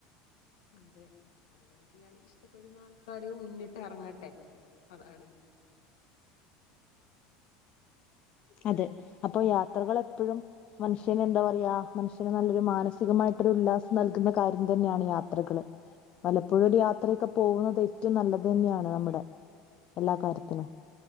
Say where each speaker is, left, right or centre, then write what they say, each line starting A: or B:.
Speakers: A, on the left; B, on the left.
A: അതെ യാത്രകള് ചിയ്യാൻ ഇഷ്ടപ്പെടുന്ന ആൾക്കാര് മുന്നിട്ട് എറങ്ങട്ടെ. അതാണ്
B: അതെ അപ്പൊ യാത്രകള് എപ്പഴും മനുഷ്യന് എന്താ പറയാ മനുഷ്യന് നല്ലൊരു മാനസികമായിട്ടൊരു ഉല്ലാസം നൽകുന്ന കാര്യം തന്നെയാണ് യാത്രകൾ ഇപ്പോഴൊരു യാത്രൊക്കെ
A: ആ,
B: പോകുന്നത് ഏറ്റവും നല്ലത് തന്നെയാണ് നമ്മുടെ എല്ലാ കാര്യത്തിനും